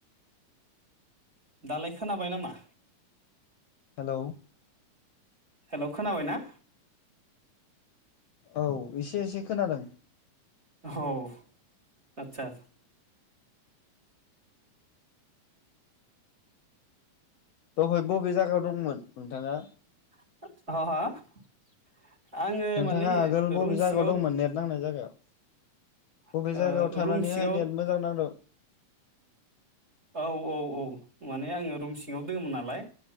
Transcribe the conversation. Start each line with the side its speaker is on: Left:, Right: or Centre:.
Right: दालाय खोनाबाय नामा?
Left: हेलौ
Right: हेल खोनाबायना?
Left: औ एसे एसे खोनादों
Right: औ आतसा
Left: दहाय बबे जायगायाव दंमोन? नोंथाङा
Right: <unintelligible>
Left: नोंथाङा
Right: माने
Left: आगोल बबे
Right: रुम
Left: जायगायाव
Right: सिङाव
Left: दंमोन नेट नांनाय जायगायाव बबे
Right: ओ
Left: जायगायाव थानानैहाय
Right: रुम सिङाव
Left: नेट मोजां नांदों
Right: औ औ माने आङो रुम सिङाव दङमोन नालाय